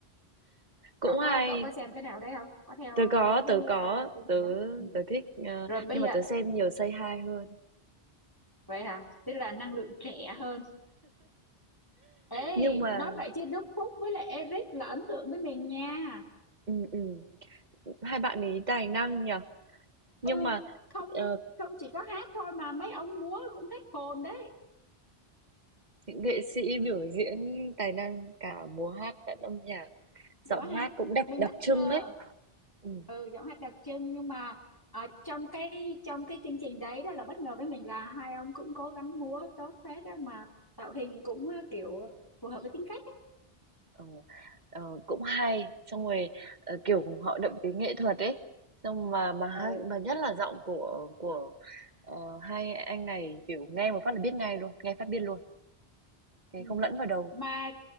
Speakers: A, on the right; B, on the left.
A: cũng
B: cậu có
A: hay.
B: cậu có xem cái nào đấy không có theo
A: Tớ có,
B: à, mấy cái
A: tớ có,
B: à, chương
A: tớ
B: trình đó ừ.
A: tớ thích, ờ,
B: rồi bây
A: nhưng
B: giờ
A: mà tớ xem nhiều Say Hi hơn.
B: vậy hả tức là năng lượng trẻ hơn Ê,
A: Nhưng mà
B: nói vậy chứ Đức Phúc với lại Eric là ấn tượng với mình nha.
A: ừm, ừm, hai bạn ấy tài năng nhỉ? Nhưng
B: Ừ,
A: mà
B: không
A: ờ,
B: không chỉ có hát thôi mà mấy ông múa cũng hết hồn đấy.
A: những nghệ sĩ biểu diễn tài năng cả múa hát lẫn âm nhạc,
B: Múa
A: giọng
B: hát,
A: hát cũng đặc
B: mình
A: đặc
B: bất
A: trưng
B: ngờ.
A: đấy Ừ,
B: Ừ, giọng hát đặc trưng nhưng mà ở trong cái trong cái chương trình đấy đó là bất ngờ với mình là hai ông cũng cố gắng múa tốt phết đó mà tạo hình cũng ờ, kiểu phù hợp với tính cách ấy.
A: ờ, ờ, cũng hay, xong rồi ờ, kiểu họ đậm tính nghệ thuật ấy. Xong mà mà hai-
B: Ừ.
A: mà nhất là giọng của của ờ, hai anh này kiểu nghe một phát là biết ngay luôn, nghe phát biết luôn, nghe
B: Ừ.
A: không lẫn vào đầu.
B: Mà